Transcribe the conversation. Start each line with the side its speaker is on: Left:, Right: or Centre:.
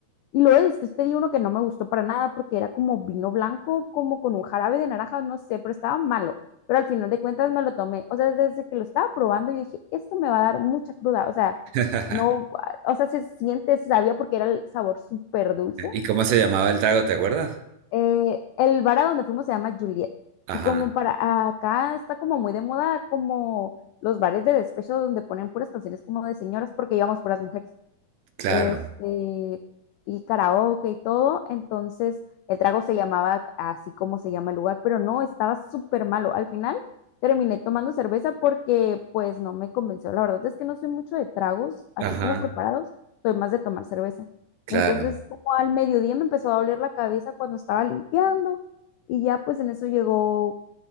Left: y luego después pedí uno que no me gustó para nada porque era como vino blanco, como con un jarabe de naranja, no sé, pero estaba malo. Pero al final de cuentas me lo tomé, o sea, desde que lo estaba probando yo dije, esto me va a dar mucha cruda, o sea,
Right: <laughs>
Left: no, o sea, se siente, se sabía porque era el sabor súper dulce
Right: ¿Y cómo se llamaba el trago, te acuerdas?
Left: eh, el bar a donde fuimos se llama Juliet. Y
Right: Ajá.
Left: como para acá está como muy de moda como los bares de despecho donde ponen puras canciones como de señoras porque íbamos puras mujeres
Right: Claro.
Left: este, y karaoke y todo. Entonces, el trago se llamaba así como se llama el lugar, pero no, estaba súper malo. Al final terminé tomando cerveza porque pues no me convenció. La verdad es que no soy mucho de tragos, así
Right: Ajá.
Left: como preparados, soy más de tomar cerveza.
Right: Claro.
Left: Entonces, como al mediodía me empezó a doler la cabeza cuando estaba limpiando y ya pues en eso llegó